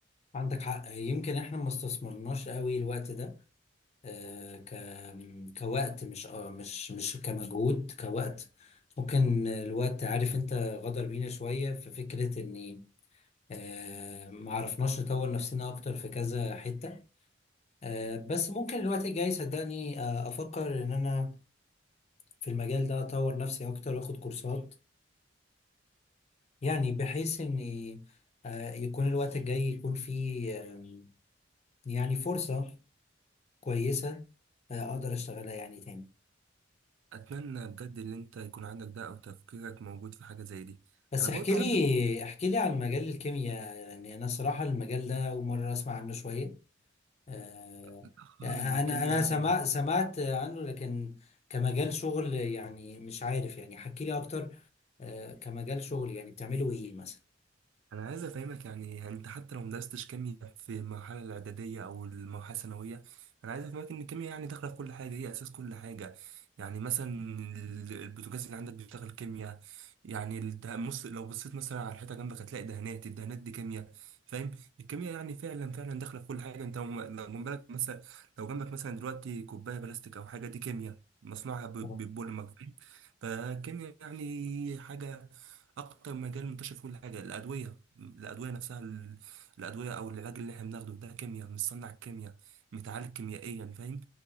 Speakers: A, on the left; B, on the right.
A: عندك حق يمكن احنا ما استثمرناش قوي الوقت ده آه، ك كوقت مش آه، مش مش كمجهود كوقت ممكن الوقت عارف انت غدر بينا شوية في فكرة اني آه، ما عرفناش نطور نفسنا اكتر في كذا حتة آه، بس ممكن الوقت الجاي صدقني آه، افكر ان انا في المجال ده اطور نفسي اكتر واخد كورسات يعني بحيث ان آه، يكون الوقت الجاي يكون فيه آم، يعني فرصة كويسة آه، اقدر اشتغلها يعني تاني
B: اتمنى بجد ان انت يكون عندك ده او تفكيرك موجود في حاجه زي دي
A: بس
B: انا
A: احكي
B: برضو
A: لي
B: عندي
A: احكي لي عن مجال الكيمياء يعني انا صراحة المجال ده اول مرة اسمع عنه شوية آه،
B: مشكلة خالص
A: يعني
B: ده الكيمياء
A: انا انا
B: يعني
A: سمع سمعت عنه لكن كمجال شغل يعني مش عارف يعني حكي لي اكتر آه، كمجال شغل يعني بتعملوا ايه مثلا
B: انا عايز افهمك يعني يعني انت حتى لو مدرستش كيمياء في المرحله الاعداديه او المرحله الثانويه انا عايز افهمك ان الكيمياء يعني داخله في كل حاجه هي اساس كل حاجه يعني مثلا ال- البوتاجاز اللي عندك بيشتغل كيمياء يعني الده- مص- لو بصيت مثلا على الحيطه جنبك هتلاقي دهانات الدهانات دي كيمياء فاهم الكيمياء يعني فعلا فعلا داخله في كل حاجه انت لو لو جنبك مثلا لو جنبك مثلا دلوقتي كوبايه بلاستيك او حاجه دي كيمياء مصنوعها ب-
A: آه.
B: ببوليمر فاهم فالكيمياء يعني حاجه اكتر مجال منتشر فيه الحاجه الادويه الادويه نفسها ال- الادويه او العلاج اللي احنا بناخده ده كيمياء مصنع كيمياء متعالج كيميائيا يعني فاهم